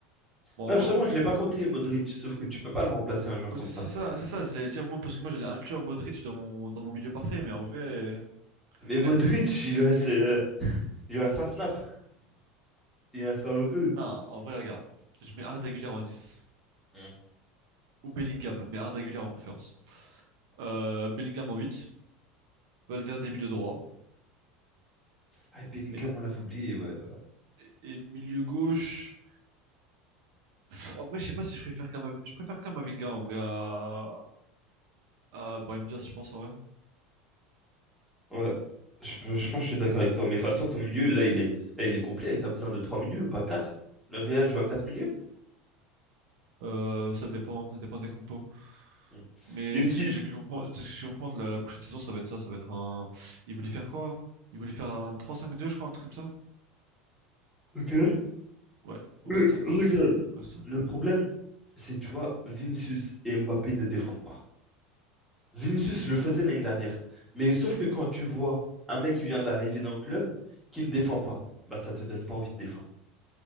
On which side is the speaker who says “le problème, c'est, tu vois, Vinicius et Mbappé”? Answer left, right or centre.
Centre